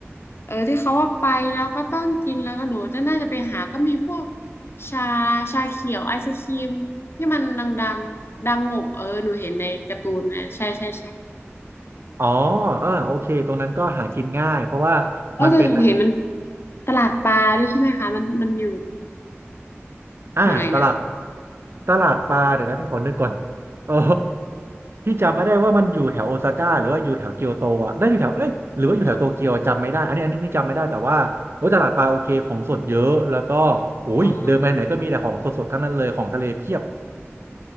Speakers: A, on the left; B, on the right.
A: เออที่เขาว่าไปแล้วก็ต้องกินแล้วก็หนูจะน่าจะไปหาก็มีพวกชาชาเขียวไอศครีมที่มันดังๆดังโง่เออหนูเห็นในการ์ตูนนะใช่ใช่ใช่
B: อ๋อเออโอเคตรงนั้นก็หากินง่ายเพราะว่ามันเป็น
A: เออแต่หนูเห็นมันตลาดปลาด้วยใช่ไหมคะมันมันอยู่
B: อ่าตลาด
A: แถวไหนนะคะ
B: ตลาดปลาเดี๋ยวนะพี่ขอนึกก่อนเออพี่จำไม่ได้ว่ามันอยู่แถวโอซาก้าหรือว่าอยู่แถวเกียวโตอ่ะน่าอยู่แถวเอ้ยหรือว่าอยู่แถวโตเกียวจำไม่ได้อันนี้อันนี้นี่จำไม่ได้แต่ว่าโอ้ยตลาดปลาโอเคของสดเยอะแล้วก็โอ้ยเดินไปไหนก็มีแต่ของสดๆทั้งนั้นเลยของทะเลเพียบ
A: อ๋ออ๋อ